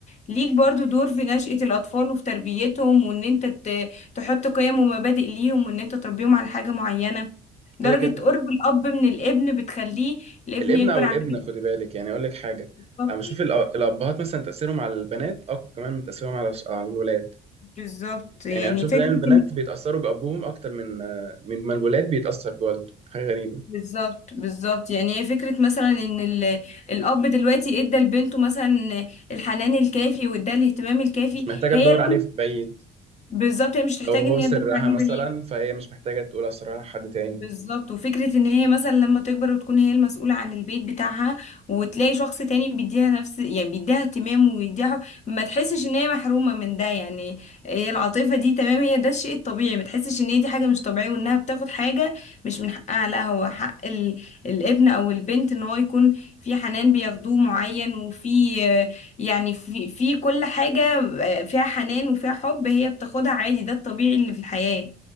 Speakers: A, on the left; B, on the right.
A: ليك برضو دور في نشأة الاطفال وفي تربيتهم وان انت ت- تحط قيم ومبادئ ليهم وان انت تربيهم على حاجه معينه
B: كده
A: درجه
B: كده
A: قرب الاب من الابن بتخليه الابن
B: الابن
A: يكبر
B: او الابنه
A: على كده
B: خدي بالك يعني اقول لك حاجه
A: بالظبط
B: انا بشوف الأ- الابهات مثلا تاثيرهم على البنات اقوى كمان من تاثيرهم على الش- على الولاد
A: بالظبط. يعني
B: يعني انا بشوف
A: فكره
B: دايما البنات بيتاثروا بابوهم اكتر من آه، من ما الولاد بيتاثر بوالده حاجه غريبه
A: بالظبط بالظبط يعني هي فكرة مثلا ان ال- الاب دلوقتي ادى لبنته مثلا الحنان الكافي وادى الاهتمام الكافي
B: مش محتاجه
A: هي
B: تدور
A: اللي
B: عليه في بعيد
A: بالظبط هي مش تحتاج
B: لو هو
A: ان
B: سرها
A: هي تدور عليه
B: مثلا
A: بعيد
B: فهي مش محتاجه تقول اسرارها لحد تاني
A: بالظبط وفكرة ان هي مثلا لما تكبر وتكون هي المسؤولة عن البيت بتاعها وتلاقي شخص تاني بيديها نفس يعني بيديها اهتمام ويديها حب، ما تحسش ان هي محرومة من ده يعني هي العاطفة دي تمام هي ده الشيء الطبيعي ما تحسش ان هي دي حاجة مش طبيعية وانها بتاخد حاجة مش من حقها لا هو حق ال... الابن او البنت ان هو يكون في حنان بياخدوه معين وفي آه، يعني في في كل حاجة آه، فيها حنان وفيها حب هي بتاخدها عادي ده الطبيعي اللي في الحياة